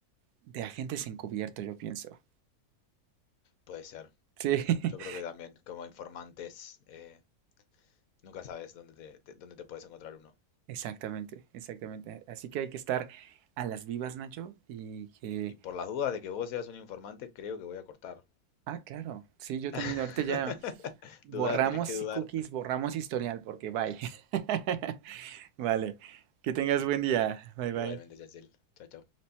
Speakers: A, on the right (about 85°); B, on the left (about 70°).
A: de agentes encubiertos, yo pienso.
B: Puede ser.
A: Sí, <laughs>
B: Yo creo que también, como informantes, eh, nunca sabes dónde te, te- dónde te puedes encontrar uno.
A: exactamente, exactamente. Así que hay que estar a las vivas, Nacho, y que...
B: Y por las dudas de que vos seas un informante, creo que voy a cortar.
A: Ah, claro. Sí, yo
B: <laughs>
A: también. Ahorita ya borramos
B: Dudá, tenés que
A: sí
B: dudar.
A: cookies, borramos historial, porque bye. <laughs> Vale. Que tengas buen día. Bye, bye.
B: Igualmente, Yachel. Chao, chao.